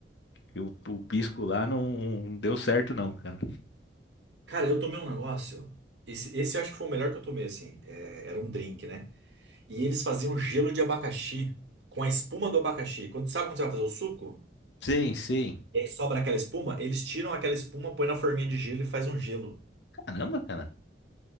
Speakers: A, on the left; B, on the right.
A: E O, o pisco lá não deu certo, não, cara.
B: Cara, eu tomei um negócio. Esse, esse eu acho que foi o melhor que eu tomei, assim. É, era um drink, né? E eles faziam gelo de abacaxi com a espuma do abacaxi. Quando, sabe quando você vai fazer o suco?
A: Sei, sei.
B: E aí sobra aquela espuma, eles tiram aquela espuma, põe na forminha de gelo e faz um gelo.
A: Caramba, cara.